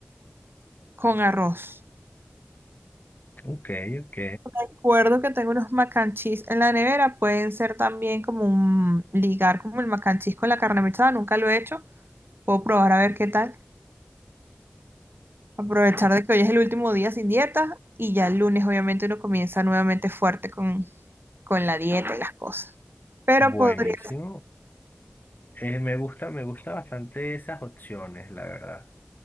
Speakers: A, on the right; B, on the left.
A: con arroz.
B: Ok, ok.
A: Recuerdo que tengo unos mac and cheese en la nevera, pueden ser también como un ligar como el mac and cheese con la carne mechada, nunca lo he hecho. Puedo probar a ver qué tal. Aprovechar de que hoy es el último día sin dieta y ya el lunes obviamente uno comienza nuevamente fuerte con, con la dieta y las cosas. Pero
B: Buenísimo.
A: podría
B: Eh, me gusta, me gusta bastante esas opciones, la verdad.